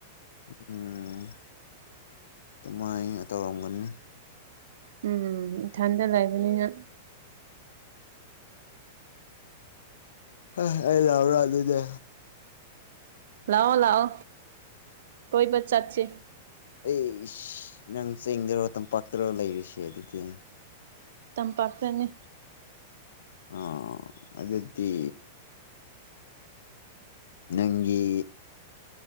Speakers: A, on the left; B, on the right.
A: ꯎꯝ ꯑꯗꯨꯃꯥꯏ ꯇꯧꯔꯝꯒꯅꯤ
B: ꯎꯝ ꯏꯊꯟꯗ ꯂꯩꯕꯅꯤꯅ
A: ꯍꯥ ꯑꯩ ꯂꯥꯛꯎꯔꯥ ꯑꯗꯨꯗꯤ
B: ꯂꯥꯛꯑꯣ ꯂꯥꯛꯑꯣ ꯀꯣꯏꯕ ꯆꯠꯁꯤ
A: ꯑꯩꯁ ꯅꯪ ꯆꯤꯡꯗꯔꯣ ꯇꯝꯄꯥꯛꯇꯔꯣ ꯂꯩꯔꯤꯁꯦ ꯑꯗꯨꯗꯤ
B: ꯇꯝꯄꯥꯛꯇꯅꯦ
A: ꯑꯥ ꯑꯗꯨꯗꯤ ꯅꯪꯒꯤ